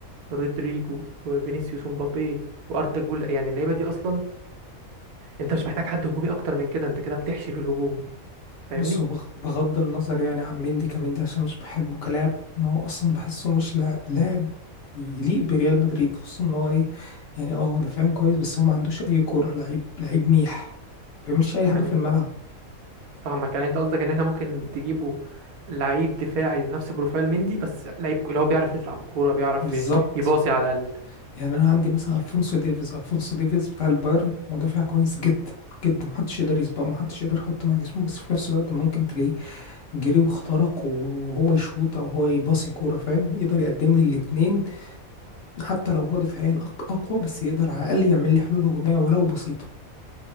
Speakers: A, on the right; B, on the left.
A: رودريجو وفينيسيوس ومبابي واردا جول يعني اللعيبه دي اصلا انت مش محتاج حد هجومي اكتر من كده انت كده بتحشي في الهجوم فاهمني
B: بص هو بغ- بغض النظر يعني عن مندي كمندي عشان مش بحبه كلاعب ان هو اصلا بحسه مش لا- لاعب يليق بريال مدريد خصوصا ان هو ايه يعني اه دفاعيا كويس بس هو ما عندوش اي كوره لعيب لعيب ميح ما بيعملش اي حاجه
A: يعني
B: في الملعب
A: فاهمك يعني انت قصدك ان احنا ممكن تجيبه لعيب دفاعي نفس بروفايل مندي بس لعيب اللي هو بيعرف يطلع بالكوره بيعرف
B: بالظبط
A: يباصي على الاقل
B: يعني انا عندي مثلا الفونسو ديفيز الفونسو ديفيز بتاع البايرن مدافع كويس جدا جدا محدش يقدر يسبقه محدش يقدر يحط مع جسمه بس في نفس الوقت ممكن تلاقيه جري واخترق وهو يشوط او هو يباصي كوره فاهم يقدر يقدم لي الاتنين حتى لو هو دفاعيا أق- أقوى بس يقدر على الأقل يعمل لي حلول هجومية ولو بسيطة